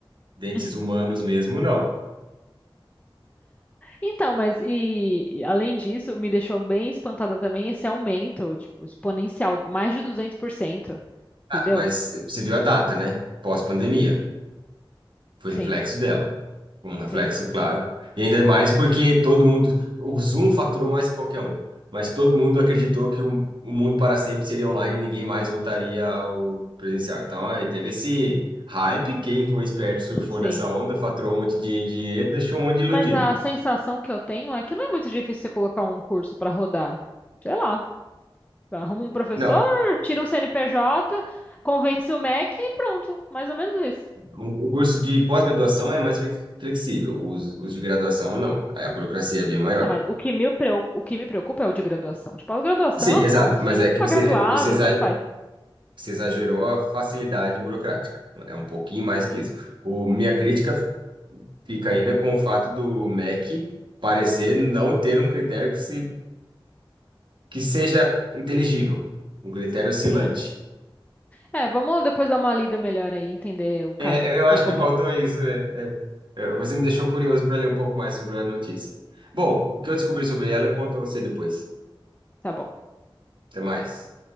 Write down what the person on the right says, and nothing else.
Dentes
humanos mesmo, não.
Ah, mas você viu a data, né? Pós-pandemia. Foi
reflexo dela. Um reflexo
claro. E ainda mais porque todo mundo. O Zoom faturou mais que qualquer um. Mas todo mundo acreditou que o, o mundo para sempre seria online e ninguém mais voltaria ao presencial. Então, aí teve esse hype. Quem foi esperto surfou
nessa onda, faturou um monte de dinheiro, deixou um monte de iludido.
Não,
o o curso de pós-graduação é mais flex- flexível, os, os de graduação não. Aí a burocracia é bem maior.
Sim, exato.
Mas
é
que você,
você exa-
você exagerou a facilidade burocrática. É um pouquinho mais que isso. O, minha crítica fica ainda com o fato do MEC parecer não ter um critério que, se, que seja inteligível, um critério oscilante.
É, eu eu
acho
que faltou isso. é. É, Você me deixou curioso para ler um pouco mais sobre a notícia. Bom, o que eu descobri sobre ela, eu conto a você depois.
Até mais.